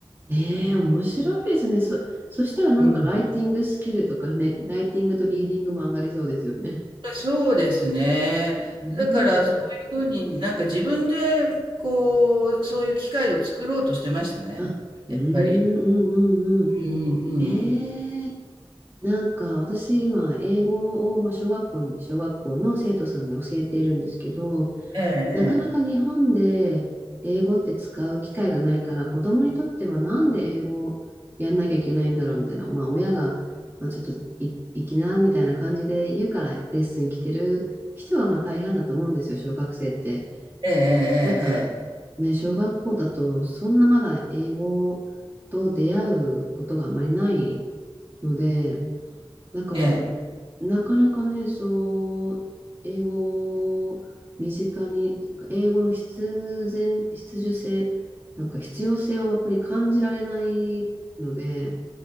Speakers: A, on the right; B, on the right.
A: ええ、面白いですね。そ、そしたらなんかライティングスキルとかね、
B: うん。
A: ライティングとリーディングも上がりそうですよね。
B: そうですね。
A: うん。
B: だからそういうふうになんか自分で、こう、そういう機会を作ろうとしてましたね。
A: あ、うん、
B: やっぱり。
A: うん、うん、うん。
B: うんうんうん。
A: ええ、なんか私今、英語を、まあ、小学校に、小学校の生徒さんに教えているんですけど、
B: ええ、
A: なかなか日本で英語って使う機会がないから、子供にとってはなんで英語をやんなきゃいけないんだろうみたいな、まあ親が、まあ、ちょっとい行きなみたいな感じで言うからレッスン来てる人がまあ大半だと思うんですよ、小学生って。
B: ええ、
A: なんか、
B: ええ、
A: ね、小学校だとそんなまだ英語と出会うことがあんまりないので、だから、
B: ええ、ええ。えええ
A: なかなかね、そう、英語を身近に、英語の必然、必需性、なんか必要性をやっぱり感じられないので、